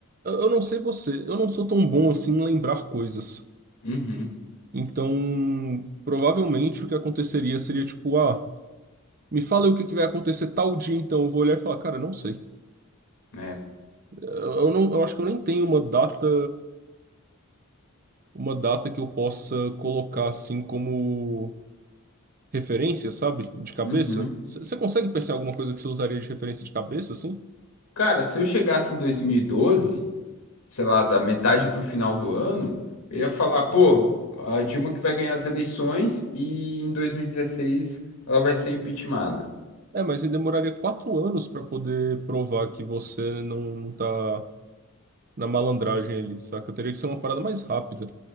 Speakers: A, on the right; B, on the left.
A: eu não sei você, eu não sou tão bom assim em lembrar coisas.
B: Uhum.
A: Então, provavelmente o que aconteceria seria tipo, ah, me fala aí o que que vai acontecer tal dia, então eu vou olhar e falar, cara, não sei.
B: né?
A: Eu eu não, eu acho que eu nem tenho uma data, uma data que eu possa colocar assim como referência, sabe? De cabeça.
B: Uhum.
A: Você consegue pensar em alguma coisa que você usaria de referência de cabeça, assim?
B: Cara, se eu chegasse em 2012. sei lá, da metade pro final do ano, eu ia falar, pô, a Dilma que vai ganhar as eleições e em 2016 ela vai ser impeachmentada.
A: É, mas você demoraria quatro anos pra poder provar que você não, não tá na malandragem ali, saca? Teria que ser uma parada mais rápida.